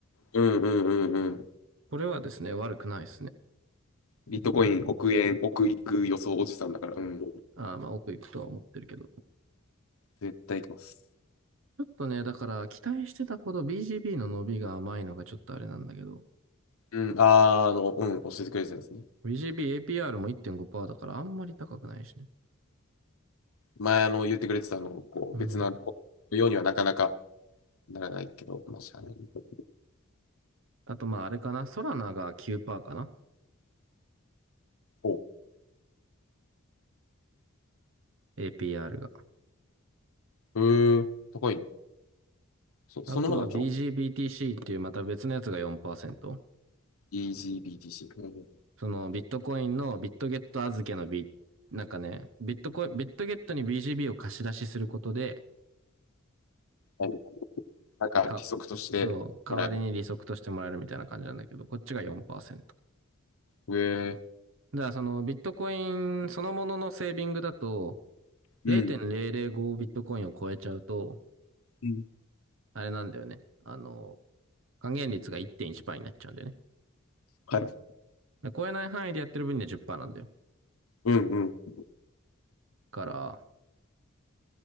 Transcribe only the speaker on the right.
これはですね、悪くないですね。
あーまあ、奥行くとは思ってるけど。
ちょっとね、だから期待してたほど BGB の伸びが甘いのがちょっとあれなんだけど、
BGB APR も1.5%だからあんまり高くないしね。
うん。
あとまああれかな、ソラナが9%かな
?APR が。
あとは
BGBTC っていうまた別のやつが4%。
そのビットコインのビットゲット預けのビ、なんかね、ビットコイン、ビットゲットに BGB を貸し出しすることで、
か、そう、代わりに利息としてもらえるみたいな感じなんだけど、こっちが4%。
だからそのビットコインそのもののセービングだと0.005ビットコインを超えちゃうと、
あれなんだよね。あの、還元率が1.1%になっちゃうんだよね。
で超えない範囲でやってる分には10%なんだよ。
から、